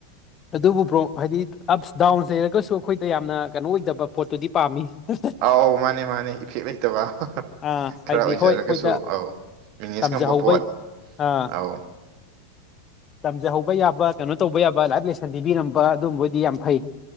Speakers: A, on the left; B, on the right.
A: ꯑꯗꯨꯕꯨ ꯕ꯭ꯔꯣ ꯍꯥꯏꯗꯤ ꯑꯞꯁ ꯗꯥꯎꯟ ꯂꯩꯩꯔꯒꯁꯨ ꯑꯩꯈꯣꯏꯗ ꯌꯥꯝꯅ ꯀꯩꯅꯣ ꯑꯣꯏꯗꯕ ꯄꯣꯠꯇꯨꯗꯤ ꯄꯥꯝꯃꯤ ꯍꯥ ꯍꯥ
B: ꯑꯥꯎ ꯃꯥꯅꯦ ꯃꯥꯅꯦ ꯏꯐꯦꯛ ꯂꯩꯇꯕ ꯍꯥ ꯍꯥ
A: ꯑꯥ
B: ꯈꯔ
A: ꯍꯥꯏꯗꯤ
B: ꯑꯣꯏꯖꯔꯒꯁꯨ
A: ꯍꯣꯏ ꯑꯩꯈꯣꯏꯗ
B: ꯑꯥꯎ ꯃꯤꯅꯦꯁ
A: ꯇꯝꯖꯍꯧꯕ
B: ꯉꯝꯕ ꯄꯣꯠ
A: ꯑꯥ
B: ꯑꯧ
A: ꯇꯝꯖꯍꯧꯕ ꯌꯥꯕ ꯀꯩꯅꯣ ꯇꯧꯕ ꯌꯥꯕ ꯂꯥꯏꯐ ꯂꯦꯁꯟ ꯄꯤꯕꯤꯔꯝꯕ ꯑꯗꯨꯝꯕ ꯑꯣꯏꯗꯤ ꯌꯥꯝ ꯐꯩ